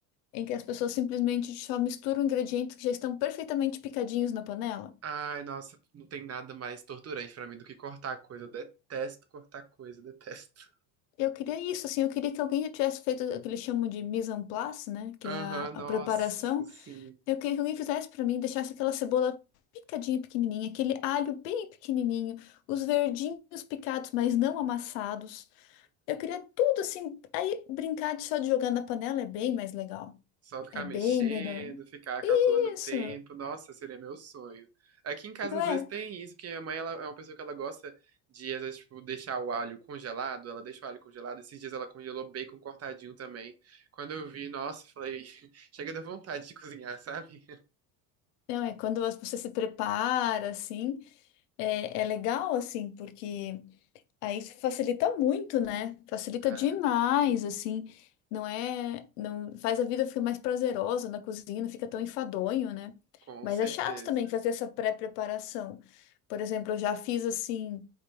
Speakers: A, on the left; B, on the right.
A: em que as pessoas simplesmente só misturam ingredientes que já estão perfeitamente picadinhos na panela.
B: Ai, nossa, não tem nada mais torturante pra mim do que cortar coisa. Eu detesto cortar coisa, detesto.
A: Eu queria isso, assim, eu queria que alguém já tivesse feito o que eles chamam de mise en place, né? Que
B: Aham,
A: é a
B: nossa,
A: a preparação.
B: assim,
A: Eu queria que alguém fizesse pra mim, deixasse aquela cebola picadinha pequenininha, aquele alho bem pequenininho, os verdinhos picados, mas não amassados. Eu queria tudo assim. Aí brincar de só de jogar na panela é bem mais legal.
B: só ficar
A: É bem
B: mexendo,
A: melhor.
B: ficar calculando o tempo,
A: Isso,
B: nossa, seria meu sonho. Aqui em casa
A: não
B: às
A: é?
B: vezes tem isso, porque minha mãe ela é uma pessoa que ela gosta de, às vezes, tipo, deixar o alho congelado, ela deixa o alho congelado, esses dias ela congelou bacon cortadinho também. Quando eu vi, nossa, falei, <laughs> chega da vontade de cozinhar, sabe?
A: Não é? Quando você se prepara assim, é, é legal assim, porque Aí facilita muito, né? Facilita
B: Ah,
A: demais, assim. Não é, não faz a vida ficar mais prazerosa na cozinha, não fica tão enfadonho, né?
B: com
A: Mas
B: certeza,
A: é chato também fazer essa pré-preparação. Por exemplo, eu já fiz assim,